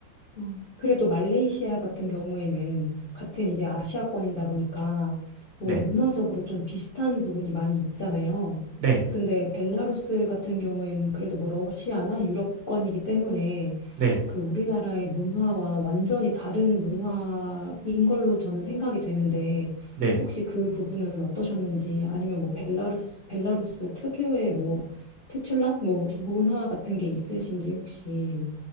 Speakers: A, on the left; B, on the right.
A: 음. 그래도 말레이시아 같은 경우에는 같은 이제 아시아권이다 보니까 뭐
B: 네,
A: 문화적으로 좀 비슷한 부분이 많이 있잖아요.
B: 네,
A: 근데 벨라루스 같은 경우에는 그래도 뭐 러시아나 유럽권이기 때문에
B: 네,
A: 그 우리나라의 문화와 완전히 다른 문화인 걸로 저는 생각이 되는데
B: 네.
A: 혹시 그 부분은 어떠셨는지 아니면 뭐 벨라루스 벨라루스 특유의 뭐 특출난 뭐 문화 같은 게 있으신지 혹시